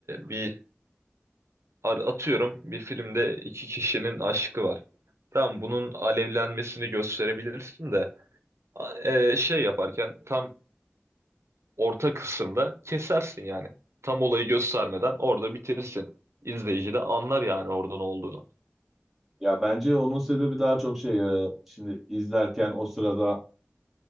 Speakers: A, on the right (about 80°); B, in the centre.
A: bir ar- atıyorum bir filmde iki kişinin aşkı var. Tamam bunun alevlenmesini gösterebilirsin de a- e, şey yaparken tam orta kısımda kesersin yani. Tam olayı göstermeden orada bitirirsin. İzleyici de anlar yani orada ne olduğunu.
B: Ya bence onun sebebi daha çok şey ya. Şimdi izlerken o sırada